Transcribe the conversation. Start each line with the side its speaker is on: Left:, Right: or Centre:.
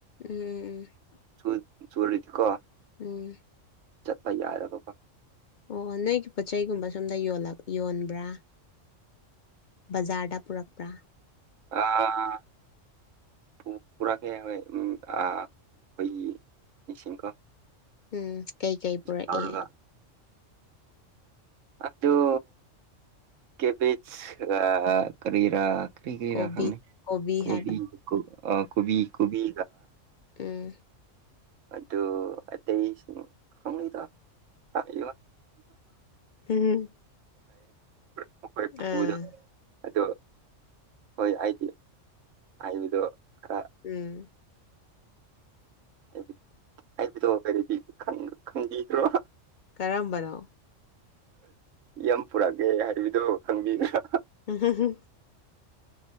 Left: ꯎꯝ ꯎꯝ ꯎꯝ
Right: ꯆ ꯆꯔꯤꯗꯤ ꯀꯣ
Left: ꯎꯝ
Right: ꯆꯠꯄ ꯌꯥꯏꯔꯕꯀꯣ
Left: ꯑꯣ ꯅꯣꯏꯒꯤ ꯄꯣꯠ ꯆꯩꯒꯨꯝꯕ ꯁꯣꯝꯗ ꯌꯣꯟꯕ꯭ꯔꯥ ꯕꯖꯥꯔꯗ ꯄꯨꯔꯛꯄ꯭ꯔꯥ
Right: ꯑ ꯄꯨ ꯄꯨꯔꯥꯀꯦ ꯍ ꯎ ꯑ ꯈꯣꯢꯒꯤ ꯃꯤꯁꯤꯡꯀꯣ
Left: ꯎꯝ ꯀꯩꯀꯩ ꯄꯨꯔꯛꯏ
Right: ꯇꯧꯔꯒ ꯑꯗꯨ ꯀꯦꯕꯤꯆ ꯀꯔꯤꯔꯥ ꯀ꯭ꯔꯤ ꯀ꯭ꯔꯤ
Left: ꯀꯣꯕꯤ
Right: ꯔꯪꯅ ꯀꯣꯕꯤ
Left: ꯍꯥꯏꯕ
Right: ꯑ ꯀꯣꯕꯤ ꯀꯕꯤ
Left: ꯎꯝ
Right: ꯑꯗꯨ ꯑꯇꯩꯁꯤꯡ ꯈꯪꯂꯤꯗꯣ ꯏ
Left: ꯎꯝ
Right: <unintelligible>
Left: ꯑꯥ
Right: ꯑꯗꯣ ꯍꯣꯏ ꯑꯩꯗꯤ ꯍꯥꯏꯕꯗꯣ ꯈꯔ
Left: ꯎꯝ
Right: ꯕꯗ ꯍꯥꯏꯕꯗꯣ ꯀꯔꯤꯗꯤ ꯈꯪꯕꯤꯈ꯭ꯔꯣ
Left: ꯀꯔꯝꯕꯅꯣ
Right: ꯌꯥꯝ ꯄꯨꯔꯛꯑꯒꯦ ꯍꯥꯏꯕꯗꯨ ꯈꯪꯕꯤꯈ꯭ꯔꯥ
Left: ꯎꯝ ꯍ ꯍ